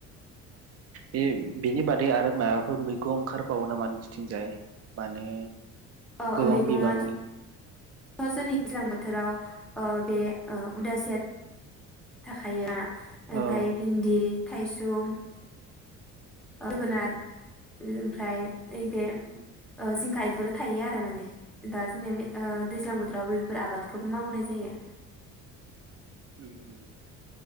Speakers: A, on the right; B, in the centre.
A: बे बिनि बाद दै आरो माबाफोर मैगं ओंखार बावो नामा नोंसिथिंजाय माने
B: अ
A: गोबां
B: मैगङाथ'
A: बिबांनि
B: जोंनि दैज्लां बोथोराव ओ बे ओ उदासिया थाखाया औमफ्राय
A: औ
B: भिन्दि थाइसुम ओ जोगोनार
A: उम
B: ओमफ्राय नैबे
A: उम
B: ओ जिंखा इफोर थायो आरो माने दा जोंनिया ओ दैज्लां
A: उम
B: बोथोरावबो बेफोर आबाद खौबो मावनाय जायो
A: उम उम